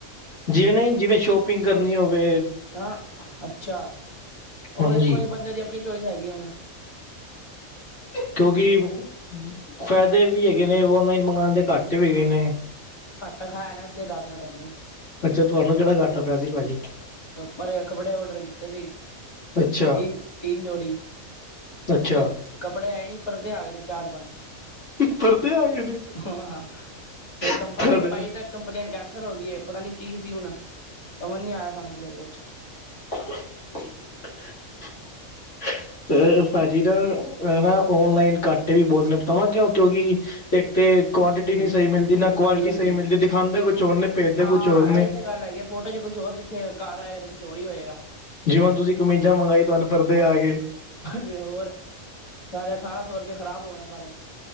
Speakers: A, on the left; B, on the left.
A: ਜਿਵੇਂ ਨਹੀਂ ਜਿਵੇਂ ਸ਼ੋਪਿੰਗ ਕਰਨੀ ਹੋਵੇ
B: ਹਂ ਅੱਛਾ, ਉਹ
A: ਹਾਂਜੀ
B: ਵੇਖੋ ਜੀ ਬੰਦੇ ਦੀ ਆਪਣੀ ਚੋਇਸ ਹੈਗੀ ਹੁਣ।
A: ਕਿਉਂਕਿ ਫਾਇਦੇ ਵੀ ਹੈਗੇ ਨੇ ਔਨਲਾਈਨ ਮੰਗਾਉਣ ਦੇ, ਘਾਟੇ ਵੀ ਹੈਗੇ ਨੇ।
B: ਪਖਾਇਆ ਨਾ ਇਸ ਲਈ ਦੱਸ ਰਿਹਾ ਤੁਹਾਨੂੰ।
A: ਅੱਛਾ ਤੁਹਾਨੂੰ ਕਿਹੜਾ ਘਾਟਾ ਪਿਆ ਸੀ ਭਾਜੀ।
B: ਪਰ ਕੱਪੜੇ ਓਡਰ ਕੀਤੇ ਸੀ
A: ਅੱਛਾ
B: ਤਿੰਨ ਤਿੰਨ ਜੋੜੀ
A: ਅੱਛਾ
B: ਤੇ ਕੱਪੜੇ ਆਏ ਨੀ ਪਰਦੇ ਆ ਗਏ ਨੇ ਚਾਰ ਪੰਜ
A: ਪਰਦੇ ਆ ਗਏ ਨੇ
B: ਹਾਂ ਤੇ
A: ਤੁਹਾਡੇ
B: ਕੰਪਲੇਂਨ ਪਾਈ ਤਾਂ ਕੰਪਲੇਂਨ ਕੈਂਸਲ ਹੋ ਗਈ ਹੈ ਪਤਾ ਨੀ ਕੀ ਸੀ ਹੁਣ ਸਮਝ ਨੀ ਆਇਆ ਸਾਨੂੰ ਫਿਰ ਕੁਛ
A: <inaudible> ਅ ਭਾਜੀ ਨਾ ਹਨ ਨਾ ਔਨਲਾਈਨ ਘਾਟੇ ਵੀ ਬਹੁਤ ਨੇ ਬਤਾਵਾਂ ਕਿਉਂ ਕਿਉਂਕਿ ਇੱਕ ਤੇ ਕੁਆਂਟਿਟੀ ਨਹੀਂ
B: ਹਾਂਜੀ
A: ਸਹੀ ਮਿਲਦੀ ਨਾ ਕੁਆਲਿਟੀ
B: ਹਾਂਜੀ ਹਾਂਜੀ
A: ਸਹੀ ਮਿਲਦੀ ਦਿਖਾਉਂਦੇ ਕੁਛ ਹੋਰ ਨੇ ਤੇ ਭੇਜਦੇ
B: ਹਾਂ
A: ਕੋਛ ਹੋਰਨੇ
B: ਇਹੀ ਤਾਂ ਗੱਲ ਹੈਗੀ ਆ ਫੋਟੋ ਚ ਕੁਛ ਹੋਰ ਦਿਖੇਗਾ ਘਰ ਆਏਗਾ ਤੇ ਕੁਛ ਹੋਰ ਈ ਹੋ ਜੇਗਾ
A: ਜਿਵੇਂ ਹੁਨ ਤੁਸੀਂ ਕਮੀਜ਼ਾਂ ਮੰਗਾਈ ਤੁਹਾਨੂੰ ਪਰਦੇ
B: ਹਾਂ
A: ਆ ਗਏ
B: ਹੋਰ ਸਾਰੇੇ ਅਠਾਰਾਂ ਸੌ ਰੁਪਏ ਖ਼ਰਾਬ ਹੋ ਗਏ ਨੇ ਸਾਰੇ